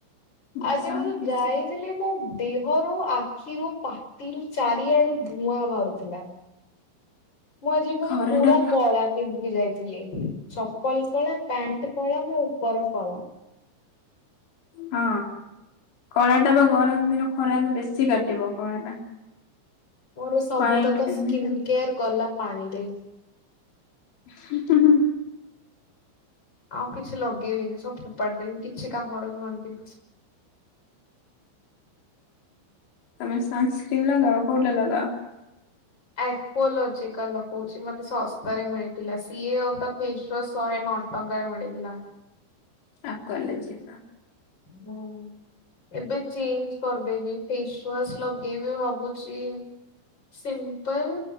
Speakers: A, on the left (about 65°); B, on the left (about 25°).
A: ବର୍ଷା
B: ଆଜି ମୁଁ
A: ମାନେ
B: ଯୋଉ
A: କିଛି
B: ଯାଇଥିଲି ମୋ ଦେହରୁ ଆଖିରୁ ପାଟିରୁ ଚାରିଆଡୁ ନିଆଁ ବାହାରୁଥିଲା, ମୁଁ ଆଜି ପୁଣି
A: ଖରାଟା
B: ପୁରା କଳା ପିନ୍ଧିକି ଯାଇଥିଲି, ଚପଲ କଳା, ପ୍ୟାଣ୍ଟ କଳା ମୋ ଉପର କଳା।
A: ହଁ କଳା ଟା ବା ଗରମ ଦିନ ଖରା ବି ବେଶୀ କାଟିବ କଳା ଟା
B: ମୋର ସବୁତକ
A: ହ୍ୱାଇଟ ପିନ୍ଧି
B: ସ୍କିନ୍ କେୟାର୍ ଗଲା ପାଣିରେ।
A: ହଁ, ହୁଁ।
B: ଆଉ କିଛି ଲଗେଇବିନି, ସବୁ ଫୋପାଡି ଦେବି କିଛି କାମର ନୁହନ୍ତି।
A: ତୋମେ ସନସ୍କ୍ରିନ୍ ଲଗାଅ, କୋଉଟା ଲଗାଅ?
B: ଆକଲୋଜିକା ଲଗଉଛି, ମୋତେ ଶସ୍ତାରେ ମିଳିଥିଲା, ସିଏ ଆଉ ତା ଫେସୱାସ୍ ଶହେ ନ ଟଙ୍କାରେ ମିଳିଥିଲା।
A: ଆଉ କଲେଜ ଯିବା।
B: ହୁଁ ଏବେ ଚେଞ୍ଜ କରିଦେବି ଫେସ ୱାସ ଲଗେଇବି ଭାବୁଚି ସିମ୍ପଲ